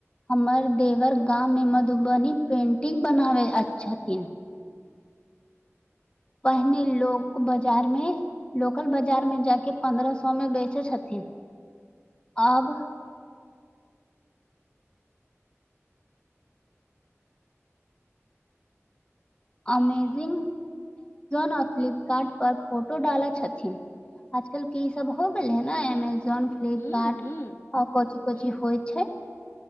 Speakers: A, on the left; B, on the left.
A: हमर देवर गाममे मधुबनी पेंटिंग बनबैत छथिन। पहिने लोक सभ बाजारमे लोकल बाजारमे जा कऽ पन्द्रह सए मे बेचैत छथिन आब।
B: <inaudible>
A: अमेजन आ फ्लिपकार्ट पर फोटो डालैत छथिन। आजुकाल्हि ई सभ हो गेल छै ने, अमेजन। फ्लिपकार्ट
B: हूं हूं
A: आ कची कची
B: हूं
A: होइ छैय?